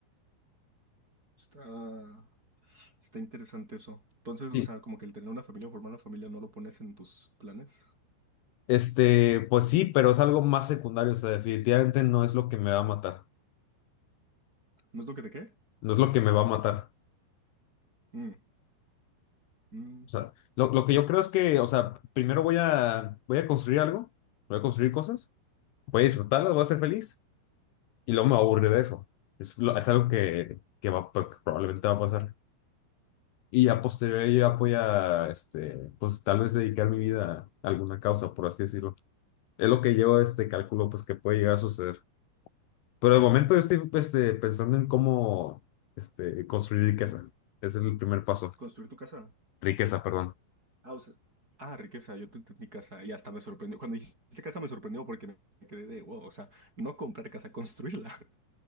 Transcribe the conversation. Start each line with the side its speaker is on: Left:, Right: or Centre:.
Right: Está, está interesante eso. Entonces,
Left: Sí.
Right: o sea, como que el tener una familia o formar una familia no lo pones en tus planes.
Left: Este, pues sí, pero es algo más secundario, o sea, definitivamente no es lo que me va a matar,
Right: ¿No es lo que te quede?
Left: no es lo que me va a matar.
Right: Mm, mm.
Left: O sea, lo, lo que yo creo es que, o sea, primero voy a, voy a construir algo, voy a construir cosas, voy a disfrutarlas, voy a ser feliz. y luego me va de eso. Es, lo- es algo que, que va, que probablemente va a pasar. Y a posteriori yo voy a, este, pues tal vez dedicar mi vida a alguna causa, por así decirlo. Es lo que yo, este, calculo, pues que puede llegar a suceder. Pero de momento yo estoy, este, pensando en cómo, este, construir riqueza. Ese es el primer paso.
Right: Construir tu casa.
Left: Riqueza, perdón.
Right: Ah, o sea- Ah, riqueza, yo te entendí casa y hasta me sorprendió. Cuando dijiste casa me sorprendió porque me quedé de wow, o sea, no comprar casa, construirla. <laughs>